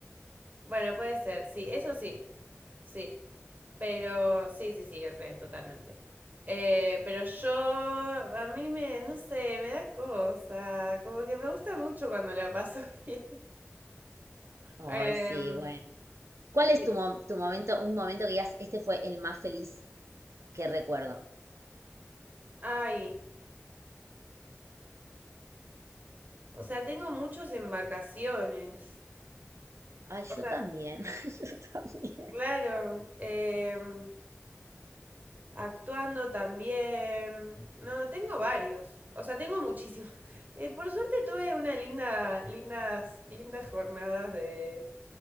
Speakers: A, on the right (about 35°); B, on the right (about 80°).
A: Bueno, puede ser, sí, eso sí, sí, pero sí, sí, sí, re, totalmente. Eh, pero yo, a mí me, no sé, me da cosa, como que me gusta mucho cuando la paso <laughs> bien.
B: Ay,
A: Em,
B: sí, bueno. ¿Cuál
A: Sí.
B: es tu, mo- tu momento, un momento que digas, este fue el más feliz que recuerdo?
A: ay, o sea, tengo muchos en vacaciones.
B: Ay, yo
A: O sea,
B: también, <laughs> yo también.
A: claro, em, Actuando también. No, tengo varios. O sea, tengo muchísimos. <laughs> Eh, por suerte tuve una linda, lindas, lindas jornadas de,